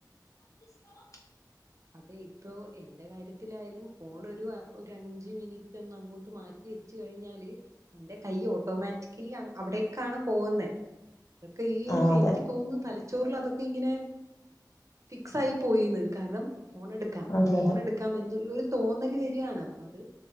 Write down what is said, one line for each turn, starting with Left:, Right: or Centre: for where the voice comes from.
Left: <unintelligible>
Right: അതെ ഇപ്പോ എന്റെ കാര്യത്തിലായാലും ഫോൺ ഒരു ഒരു ഒരു അഞ്ച് മിനിറ്റ് ഒ അങ്ങോട്ട് മാറ്റി വെച്ച കഴിഞ്ഞാല് എന്റെ കൈ ഓട്ടോമാറ്റിക് അവിടേക്കാണ് പോകുന്നത് അതൊക്കെ ഈ
Left: ആ
Right: ഒരു
Left: അതെ
Right: എനിക്ക് തോന്നുന്ന തല ചോറൽ അതൊക്കെ ഇങ്ങനെ ക്സ് ആയി പോയിന്ന് കാരണം ഫോൺ എടുക്കാം
Left: അതെ
Right: ഫോൺ
Left: അതെ
Right: എടുക്കാം എന്ന ഒരു തോന്നൽ വരിാണ് അപ്പ അത്